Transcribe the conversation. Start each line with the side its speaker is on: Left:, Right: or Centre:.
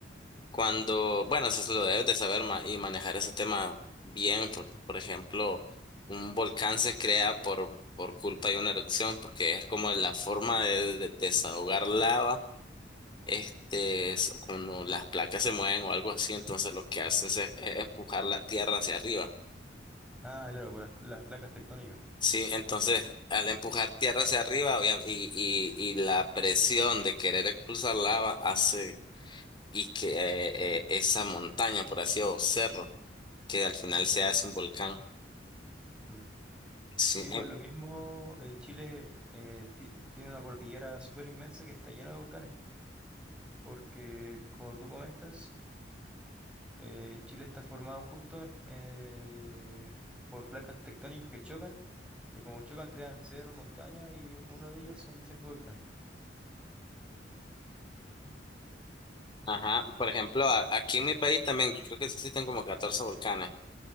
Left: Cuando, bueno, eso se lo debes de saber ma- y manejar ese tema bien. Por, por ejemplo, un volcán se crea por, por culpa de una erupción, porque es como la forma de, de- desahogar lava, este, es cuando las placas se mueven o algo así, entonces lo que hace es, es empujar la tierra hacia arriba.
Centre: Ah, claro, por las, las placas tectónicas.
Left: Sí, entonces al empujar tierra hacia arriba obvia- y, y, y la presión de querer expulsar lava hace y que eh, eh, esa montaña, por así decirlo, que al final se hace un volcán.
Centre: Mm.
Left: Sí,
Centre: Sí,
Left: eh,
Centre: por lo mismo, eh, Chile eh, ti- tiene una cordillera súper inmensa que está llena de volcanes, porque como tú comentas, eh, Chile está formado justo en- eh, por placas tectónicas que chocan, y como chocan crean cerros, montañas, y uno de ellos son siempre volcanes. Mm.
Left: ajá. Por ejemplo, a- aquí en mi país también creo que existen como catorce volcanes.